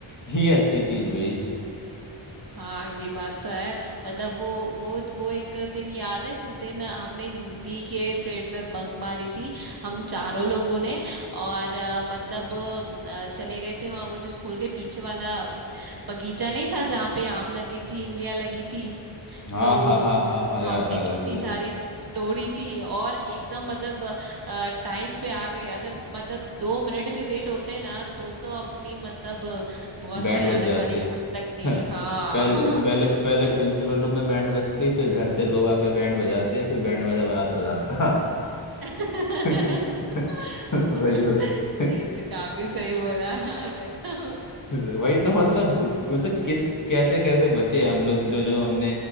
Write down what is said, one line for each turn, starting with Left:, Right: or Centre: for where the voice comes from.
Left: ये अच्छी चीज हुई
Right: हाँ ये बात तो है मतलब वो वो वो एक दिन याद है जिस दिन हमने हिंदी के पीरियड में बंक मारी थी हम चारों लोगों ने और अ, मतलब अ, चले गए थे वहाँ वो जो स्कूल के पीछे वाला अम, बगीचा नहीं था जहाँ पे आम लगी थी इमलियाँ लगी थी
Left: हाँ
Right: तो
Left: हाँ हाँ हाँ हाँ
Right: हमने
Left: याद आ
Right: कितनी
Left: रहा है मुझे
Right: सारी तोड़ी थी और एकदम मतलब टाइम पे आ गए अगर मतलब दो मिनट भी लेट होते ना तो तो अपनी मतलब बहुत
Left: बैंड
Right: भयानक
Left: बज जाती
Right: वाली क्लास लगती
Left: <laughs> हाँ,
Right: हाँ
Left: पहले पहले
Right: <laughs>
Left: पहले प्रिंसिपल रूम में बैंड बजती फिर घर से लोग आके बैंड बजाते फिर बैंड बाजा बारात हो जाता
Right: <laughs>
Left: <laughs> वही होता
Right: ये तो काफी सही बोला यार मतलब
Left: वही तो मतलब मतलब किस कैसे कैसे बचे हम लोग जो जो हमने